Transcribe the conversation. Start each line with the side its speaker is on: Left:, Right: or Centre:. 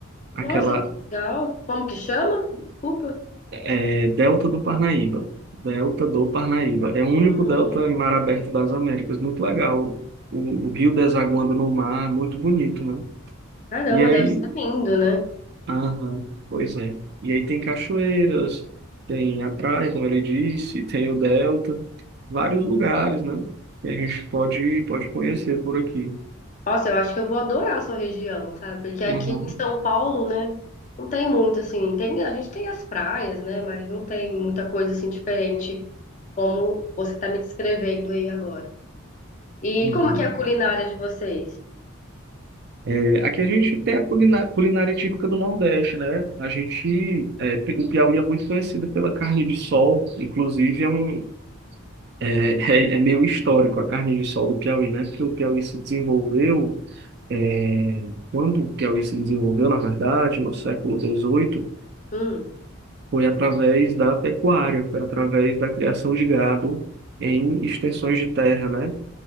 Right: Aquela
Left: Nossa, que legal. Como que chama? Desculpa.
Right: eh, delta do Parnaíba. Delta do Parnaíba. É o único
Left: Hum,
Right: delta em mar aberto das Américas. Muito legal. O, o rio desaguando no mar, muito bonito, né?
Left: caramba,
Right: E aí
Left: deve ser lindo, né?
Right: Aham, pois é. E aí tem cachoeiras, tem a praia, como ele disse, tem o Delta, vários lugares, né? Que a gente pode, pode conhecer por aqui.
Left: Nossa, eu acho que eu vou adorar a sua região, sabe? Porque aqui
Right: Uhum,
Left: em São Paulo, né? Não tem muito, assim. Tem, a gente tem as praias, né? Mas não tem muita coisa, assim, diferente como você tá me descrevendo aí agora. E
Right: uhum.
Left: como que é a culinária de vocês?
Right: É, aqui a gente tem a culina- culinária típica do Nordeste, né? A gente, é, o Piauí é muito conhecido pela carne de sol, inclusive é um, é, <laughs> é é meio histórico a carne de sol do Piauí, né? Porque o Piauí se desenvolveu É, quando o Piauí se desenvolveu, na verdade, no século XVIII,
Left: Hum.
Right: foi através da pecuária, foi através da criação de gado em extensões de terra, né?